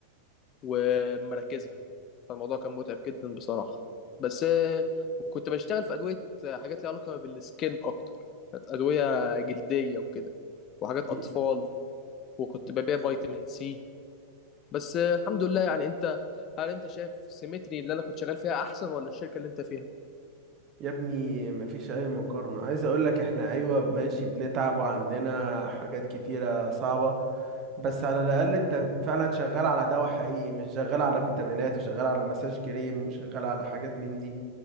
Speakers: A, on the left; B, on the right.
A: ومراكزها فالموضوع كان متعب جدا بصراحة بس آه، وكنت بشتغل في أدوية آه، حاجات ليها علاقة بالسكين أكتر كانت أدوية جلدية وكده وحاجات أطفال
B: ي-
A: وكنت
B: ي-
A: ببيع فيتامين سي بس آه، الحمد لله يعني أنت هل أنت شايف سيمتري اللي أنا كنت شغال فيها أحسن ولا الشركة اللي أنت فيها؟
B: يا ابني مفيش اي مقارنة عايز اقول لك احنا ايوه ماشي بنتعب وعندنا حاجات كتيرة صعبة بس على الاقل انت فعلا شغال على دواء حقيقي مش شغال على فيتامينات وشغال على مساج كريم وشغال على حاجات من دي